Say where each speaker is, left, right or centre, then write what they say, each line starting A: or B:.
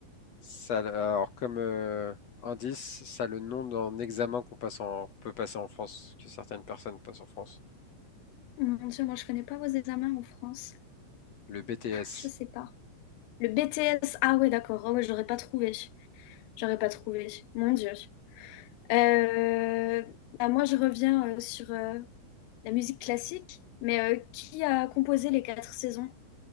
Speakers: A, on the left (about 65°); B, on the left (about 85°).
A: Ça, alors comme euh, indice, ça a le nom d'un examen qu'on passe en, qu'on peut passer en France, que certaines personnes passent en France.
B: Mon Dieu, moi je connais pas vos examens en France.
A: Le BTS.
B: Je sais pas. Le BTS. Ah ouais, d'accord. Ah ouais, j'aurais pas trouvé. J'aurais pas trouvé. Mon Dieu. Euh, bah, moi je reviens euh, sur euh, la musique classique. Mais euh, qui a composé les quatre saisons?